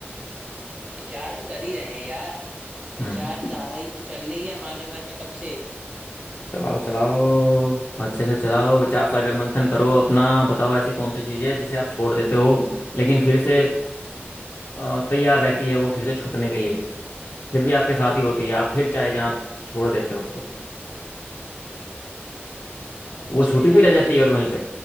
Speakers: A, on the right; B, on the left.
A: विचार तो कर ही रहे हैं यार विचारधारा
B: हम्म
A: ही तो चल रही है हमारे मन में कब से
B: चलाओ चलाओ अच्छे से चलाओ विचार सागर मंथन करो अपना बताओ ऐसी कौन सी चीज है जिसे आप छोड़ देते हो लेकिन फिर से अ, तैयार रहती है वो फिर से छूटने के लिए फिर भी आपके साथ ही होती है आप फिर चाहे जहाँ छोड़ देते हो उसको
A: अच्छा
B: वो छूटी
A: यार
B: भी रह जाती
A: ऐसी
B: है और वहीं
A: कौन
B: पे